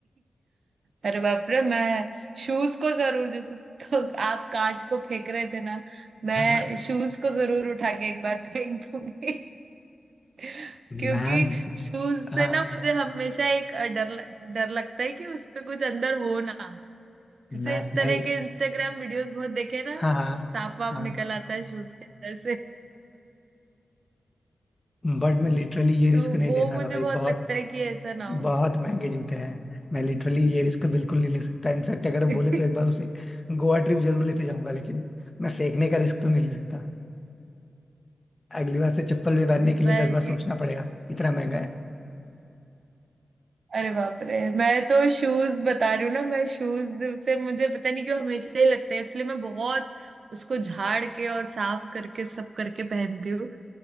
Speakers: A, on the right (about 70°); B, on the left (about 30°).
A: अरे बाप रे मैं शूज को जरूर जैसे तो आप कांच को फेंक रहे थे ना मैं
B: हाँ
A: शूज को जरूर उठा के एक बार फेंक दूंगी <laughs> क्योंकि
B: मैम
A: शूज
B: हाँ
A: से ना मुझे हमेशा एक अ, डर लग- डर लगता है कि उस पे कुछ अंदर हो ना
B: मैं
A: जैसे इस तरह
B: मैं
A: के इंस्टाग्राम वीडियोस बहुत देखे ना
B: हाँ हाँ
A: सांप वाप
B: हाँ
A: निकल आता है शूज के अंदर
B: बट मैं लिटरली ये रिस्क
A: तो
B: नहीं
A: वो
B: लेना
A: मुझे
B: था भाई
A: बहुत
B: बहुत
A: लगता है कि ऐसा ना हो
B: बहुत महंगे जूते हैं मैं लिटरली ये रिस्क बिल्कुल नहीं ले सकता इनफैक्ट अगर हम
A: <laughs>
B: बोले तो एक बार उसे गोवा ट्रिप जरूर लेते जाऊंगा लेकिन मैं फेंकने का रिस्क तो नहीं ले सकता अगली बार से चप्पल भी पहनने
A: अरे
B: के लिए
A: मैं
B: दस बार सोचना पड़ेगा इतना महंगा है
A: अरे बाप रे मैं तो शूज बता रही हूँ ना मैं शूज से मुझे पता नहीं क्यों हमेशा ही लगता है इसलिए मैं बहुत उसको झाड़ के और साफ करके सब करके पहनती हूँ